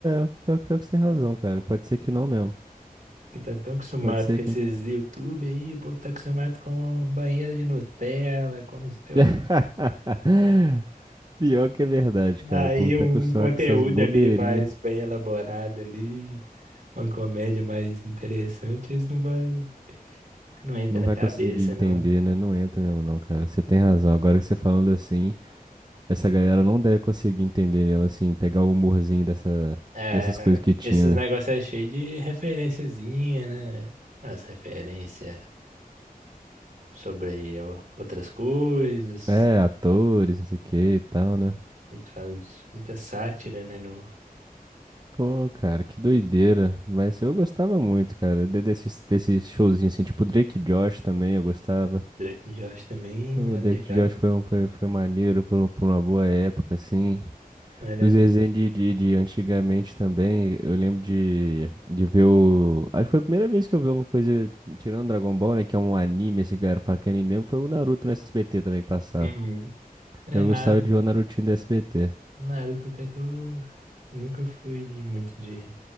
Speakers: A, on the right; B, on the right.
A: É, pior, pior que você tem razão, cara. Pode ser que não mesmo.
B: Que tá tão acostumado
A: Pode ser
B: com
A: que...
B: esses YouTube aí, o povo tá acostumado com banheira de Nutella, com não sei
A: <laughs>
B: o...
A: Pior que é verdade, cara.
B: Aí
A: O povo tá
B: um
A: acostumado
B: conteúdo
A: com essas bobeirinhas.
B: ali mais bem elaborado ali, uma comédia mais interessante, eles não vai, não entra
A: Não
B: na
A: vai
B: cabeça,
A: conseguir entender,
B: não.
A: né? Não entra mesmo, não, cara. Você tem razão. Agora que você falando assim, essa galera não deve conseguir entender mesmo, assim, pegar o humorzinho dessa,
B: É,
A: dessas coisas que tinha.
B: esses negócios é cheio de referenciazinha, né? As referências sobre o- outras coisas,
A: né? É, atores, não sei o que e tal, né?
B: eles fazem muita sátira, né, no
A: Pô, cara, que doideira. Mas eu gostava muito, cara. de- Desses, desses showzinhos, assim, tipo Drake e Josh também, eu gostava.
B: Drake Josh também,
A: O
B: é
A: Drake
B: legal,
A: e Josh foi, um- foi, foi maneiro por, um- por uma boa época, assim.
B: é
A: Os desenhos de, de, de antigamente também, eu lembro de, de ver o. Acho que foi a primeira vez que eu vi uma coisa, tirando Dragon Ball, né? Que é um anime, esse que a fala que é anime mesmo, foi o Naruto no SBT também que passava.
B: legal. É,
A: Eu
B: na
A: gostava de ver o Narutinho do SBT.
B: Naruto até que eu nunca fui de- muito de,